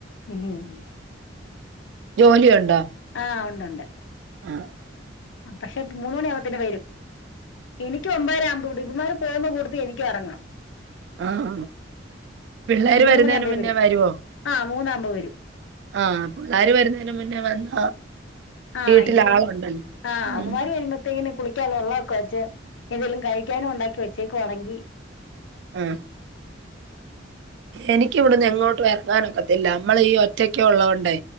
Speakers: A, on the left; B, on the right.
A: ഉം
B: ജോലി ഒണ്ട
A: ആ ഒണ്ട് ഒണ്ട്
B: ആ
A: ആ പക്ഷെ മൂന്ന് മണിയാവൂത്തേന് വരും എനിക്ക് ഒമ്പര ആകുമ്പ ഇവിടു ഇവന്മാര് പോകുന്ന കൂട്ടത്തിൽ എനിക്കും എറങ്ങാം
B: ആഹ് പിള്ളേര്
A: മൂന്ന്
B: വരുന്നേന്
A: മണിയാകുമ്പഴേ
B: മുന്നേ
A: വരും
B: വരുവോ
A: ആഹ് മൂന്നാകുമ്പോ വരും
B: ആ പുള്ളാര് വരുന്നേന് മുന്നേ വന്നാ
A: ആഹ്
B: വീട്ടിലാളുണ്ടല്ലോ.
A: ഇല്ലേ ആഹ്
B: ഉം
A: അവമ്മാര് വരുമ്പോത്തേക്കന് കുളിക ക്കാൻ വെള്ളൊക്കെ വച്ച് എന്തേലും കഴിക്കാനും ഉണ്ടാക്കി വെച്ചേക്കു വാണെങ്കി
B: ആ എനിക്കിവിടുന്ന് എങ്ങോട്ടും ഇറ ങ്ങാനൊക്കത്തില്ല മ്മളി ഒറ്റക്ക്‌ ഒള്ളോണ്ടേ